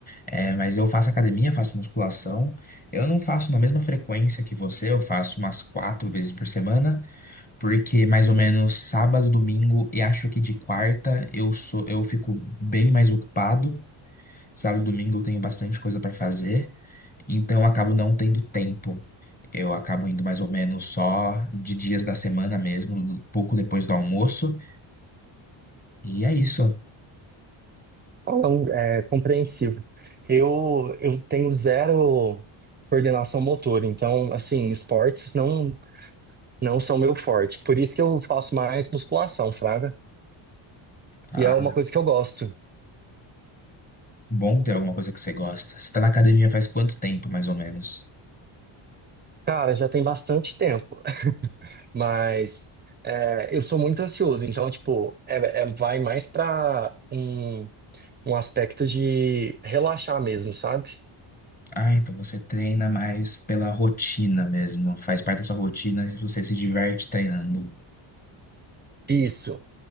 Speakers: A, on the left; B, on the right.
A: É, mas eu faço academia, faço musculação. Eu não faço na mesma frequência que você, eu faço umas quatro vezes por semana, porque mais ou menos sábado, domingo e acho que de quarta eu sou, eu fico bem mais ocupado. Sábado e domingo eu tenho bastante coisa para fazer, então eu acabo não tendo tempo. Eu acabo indo mais ou menos só de dias da semana mesmo, pouco depois do almoço. E é isso.
B: Ah, não, é compreensivo. Eu, eu tenho zero coordenação motora, então, assim, esportes não. Não são meu forte. Por isso que eu faço mais musculação, fraga.
A: Ah,
B: E é uma coisa que eu gosto.
A: bom ter alguma coisa que você gosta. Você tá na academia faz quanto tempo, mais ou menos?
B: Cara, já tem bastante tempo, <laughs> mas é, eu sou muito ansioso, então, tipo, é, é- vai mais pra um, um aspecto de relaxar mesmo, sabe?
A: Ah, então você treina mais pela rotina mesmo. Faz parte da sua rotina e você se diverte treinando.
B: Isso.